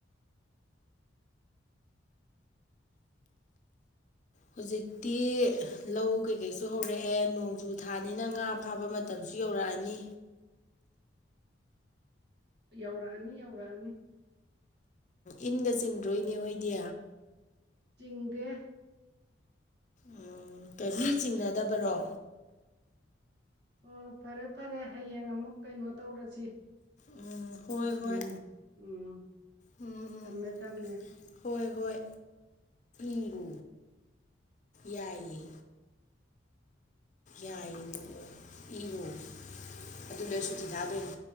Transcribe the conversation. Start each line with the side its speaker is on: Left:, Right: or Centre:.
Left: ꯍꯧꯖꯤꯛꯇꯤ ꯂꯧ ꯀꯩꯀꯩꯁꯨ ꯍꯧꯔꯛꯑꯦ ꯅꯣꯡꯖꯨ ꯊꯥꯅꯤꯅ ꯉꯥ ꯐꯥꯕ ꯃꯇꯝꯁꯨ ꯨ ꯌꯧꯔꯛꯑꯅꯤ
Right: <inaudible> ꯌꯧꯔꯛꯑꯅꯤ ꯌꯧꯔꯛꯑꯅꯤ
Left: ꯏꯟꯒ ꯆꯤꯡꯗ꯭ꯔꯣꯏꯅꯦ ꯍꯣꯏꯗꯤ
Right: ꯆꯤꯡꯗꯦ
Left: ꯎꯝ ꯐꯦꯂꯤ ꯆꯤꯡꯅꯗꯕꯔꯣ
Right: ꯑꯣ ꯐꯔꯦ ꯐꯔꯦ ꯍꯌꯦꯡ ꯑꯃꯨꯛ ꯀꯩꯅꯣ ꯇꯧꯔꯁꯤ
Left: ꯎꯝ ꯍꯣꯏ ꯍꯣꯏ
Right: ꯎꯝ ꯎꯝ
Left: ꯎꯝ
Right: ꯊꯝꯃꯦ
Left: ꯎꯝ
Right: ꯊꯝꯃꯦ
Left: ꯍꯣꯏ ꯍꯣꯏ ꯏꯕꯨ ꯌꯥꯏꯌꯦ ꯌꯥꯏꯅ ꯏꯔꯣꯜ ꯑꯗꯨ ꯂꯩꯁꯨꯇꯤ ꯊꯥꯗꯣꯏꯅꯦ